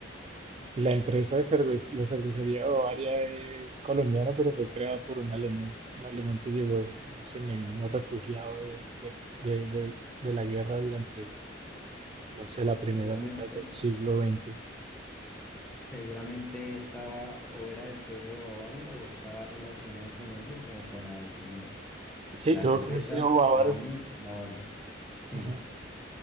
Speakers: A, on the right; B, in the centre.
A: La empresa de cerveza, la cervecería Bavaria es colombiana, pero fue creada por un alemán, un alemán que llegó, no sé, me imagino, refugiado de, de, de, de- de la guerra durante,
B: Oh,
A: no sé, la
B: seguramente,
A: primera mitad del siglo XX.
B: seguramente estaba o era del pueblo de Bavaria o estaba relacionado con eso como para decir, mira,
A: Sí,
B: la
A: tuvo
B: cerveza
A: que haber sido bávaro.
B: para mí es Bavaria. Sí,
A: Ujú,